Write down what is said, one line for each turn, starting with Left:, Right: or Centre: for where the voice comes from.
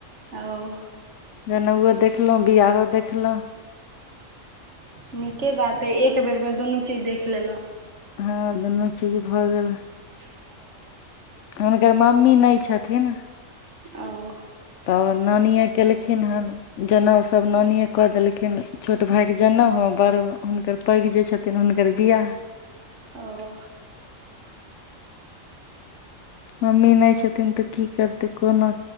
Right: ओऽ।
Left: जनौउओ देखलौं, बियाहो देखलौं।
Right: नीके बात अइ, एक बेर मे दुनू चीज देख लेलौं।
Left: हँ दुन्नू चीज भऽ गेल।
Right: <inaudible>
Left: हुनकर मम्मी नई छथिन।
Right: ओऽ।
Left: तहन नानिये केलखिन हन। जनेउ सभ नानिये कऽ देलखिन, छोट भायके जनेउ ह, बड़ हुनकर पैघ जे छथिन तखैन हुनकर वियाह
Right: ओ
Left: मम्मी नई छथिन तऽ की करते कोना